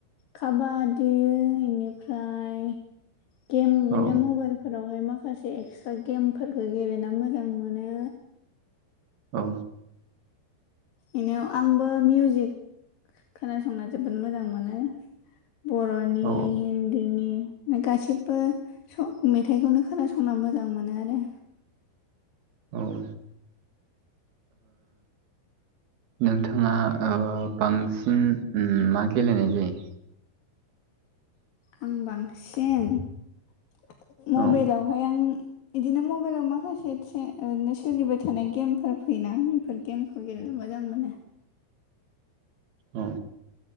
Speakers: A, on the left (about 60°); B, on the right (about 65°).
A: काबादि इनिफ्राय गेम मोनो
B: औ
A: मबाइल फोरावहाय माखासे एक्सट्रा गेमफोरखो गेलेना मोजां मोनो।
B: औ।
A: इनिआव आंबो मिउजिक खोनासंना जोबोद मोजां मोनो। बरनि
B: औ
A: हिन्दीनि गासैबो स-मेथाइखौनो खोनासंना मोजां मोनो आरो।
B: औ ओ नोंथाङा ओ बांसिन ओम मा गेलेनाय जायो?
A: आं बांसिन <inaudible> मबाइलावहाय
B: औ
A: आं बिदिनो मबाइलाव माखासे ओरैनो सोलिबाय थानाय गेमफोर फैयोना। फोर गेमखौ गेलेनो मोजां मोनो।
B: औ।